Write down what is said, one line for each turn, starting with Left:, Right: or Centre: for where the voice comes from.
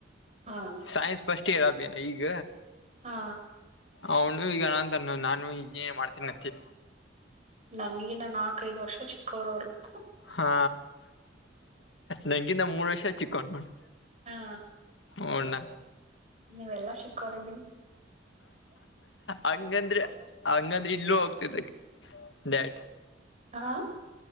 Right: ಹಾ
Left: ಸೈನ್ಸ್ ಫಸ್ಟ್ ಇರ್ ಅಬ ಈಗ
Right: ಹಾ
Left: ಅವನು ಈಗ ನಾನು ತನ್ನ ನಾನು ಈಗೇನು ಮಾಡ್ತೀನಿ ಅಂತೀಿ
Right: ನನಗಿನ ನಾಲ್ಕೈದು ವರ್ಷ ಚಿಕ್ಕೋರವರ್ಕ್ಕೂ
Left: ಹಾ ನಗಿ ನ ಮೂರ್ ವರ್ಷ ಚಿಕ್ಕೊಂಡಕಿ
Right: ಹಾ
Left: ಹೊಂಡ
Right: ನೀವೆಲ್ಲಾ ಚಿಕ್ಕವ್ರೆ ಬಿಡಿ
Left: ಹಂಗಂದ್ರೆ ಹಂಗಂದ್ರೆ ಇಲ್ಲೂ ಹೋಗ್ತದ ಡ್ಯಾಟ್
Right: ಹಾ